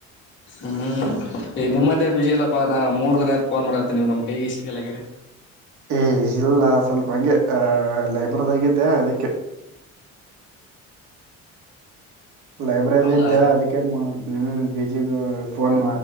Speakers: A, on the left; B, on the right.
A: ಹ್ಮ್ ಈ ನಿಮ್ಮತ್ತೇ ಬಿಜಿ ಇಲ್ಲಪ್ಪಾ ನಾ ಮೂರ್ ದನ ಫೋನ್ ಮಾಡತ್ತೆ ನೀವು ನಮ್ ಕೈಗೆ ಸಿಗಲ್ಲಗ್ರರಿ
B: ಏ ಇಲ್ಲ ಸ್ವಲ್ಪ ಹಂಗೆ ಆ ಲೈಬ್ರರಿದಾಗಿದ್ದೆ ಅದಕ್ಕೆ ಲೈಬ್ರರಿ
A: ಹೌದಾ
B: ಇದ್ದ ಅದಕ್ಕೆ ಹ್ಮ ಬಿಜಿ ಫೋನ್